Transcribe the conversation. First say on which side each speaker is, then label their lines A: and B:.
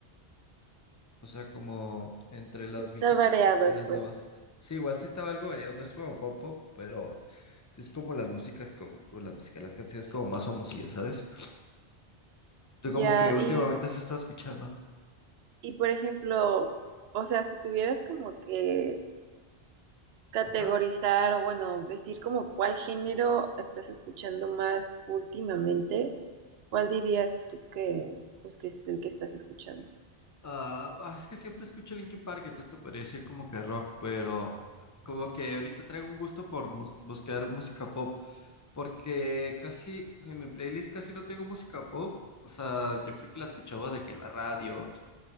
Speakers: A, on the left; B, on the right.
A: o sea como entre las
B: Está
A: viejitas
B: variado,
A: y las
B: pues.
A: nuevas. Sí, igual sí estaba algo variado, no es como pop pop, pero sí es como las músicas co- como, las músicas, las canciones como más famosillas, ¿sabes? Tú
B: Ya,
A: como que últimamente
B: y,
A: has estado escuchando.
B: y por ejemplo, o sea, si tuvieras como que categorizar
A: Ajá.
B: o bueno, decir como cuál género estás escuchando más últimamente, ¿cuál dirías tú que pues que es el que estás escuchando?
A: Ah, ah, es que siempre escucho Linkin Park, entonces te podría decir como que rock, pero como que ahorita traigo un gusto por mu- buscar música pop, porque casi en mi playlist casi no tengo música pop. O sea, yo creo que la escuchaba de que en la radio,